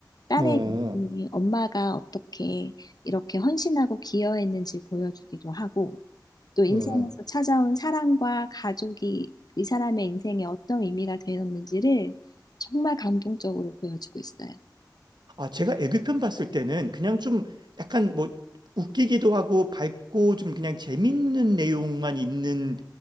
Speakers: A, on the left; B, on the right.
A: 딸의
B: 어,
A: 인생이 엄마가 어떻게 이렇게 헌신하고 기여했는지 보여주기도 하고, 또 인생에서
B: 어.
A: 찾아온 사랑과 가족이 이 사람의 인생에 어떤 의미가 되었는지를 정말 감동적으로 보여주고 있어요.
B: 아, 제가 애교편 봤을 때는 그냥 좀 약간 뭐 웃기기도 하고 밝고 좀 그냥 재밌는 내용만 있는